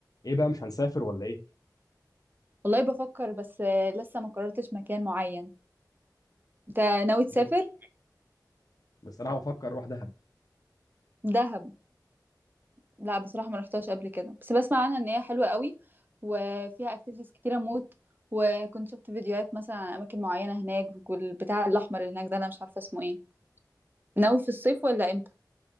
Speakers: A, on the left; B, on the right.
A: ايه بقى مش هنسافر ولا ايه
B: والله بفكر بس آه، لسه ما قررتش مكان معين انت ناوي تسافر
A: مو- بس انا بفكر اروح دهب
B: دهب لا بصراحة ما رحتهاش قبل كده بس بسمع عنها ان هي حلوة قوي وفيها اكتيفيتيز كتيرة موت وكنت شفت فيديوهات مثلا عن اماكن معينة هناك والبتاع الاحمر اللي هناك ده انا مش عارفة اسمه ايه ناوي في الصيف ولا امتى